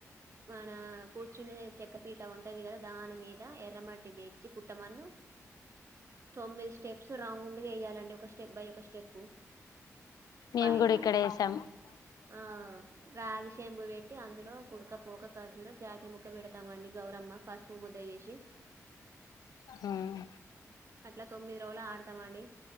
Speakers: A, on the right; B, on the left.
A: మన కూర్చునే చెక్క పీట ఉంటది కదా దాని మీద ఎర్రమట్టి తెచ్చి పుట్టమన్ను తొమ్మిది స్టెప్స్ రౌండ్ గా ఎయ్యాలండి ఒక స్టెప్ బై ఒక స్టెప్
B: మేము
A: పైన
B: కూడా ఇక్కడేసాం
A: ఆ రాగిశెంబు పెట్టి అందులో కుడకత్ పోక కజ్జూర జాకీ ముక్క పెడతామండి గౌరమ్మ పసుపు ముద్ద చేసి
B: హ్మ్
A: అట్లా తొమ్మిది రోజులు ఆడతామండి